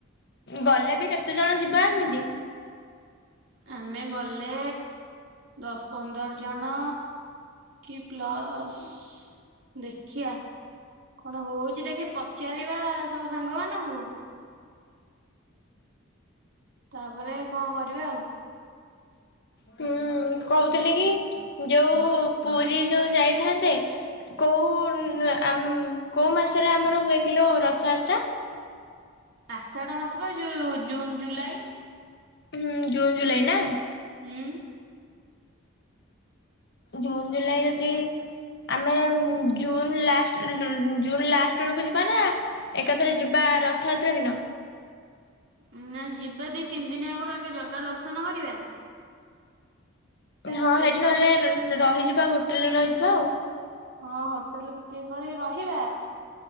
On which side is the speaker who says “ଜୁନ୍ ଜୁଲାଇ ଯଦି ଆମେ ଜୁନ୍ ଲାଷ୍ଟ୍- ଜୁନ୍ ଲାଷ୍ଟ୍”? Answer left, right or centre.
Left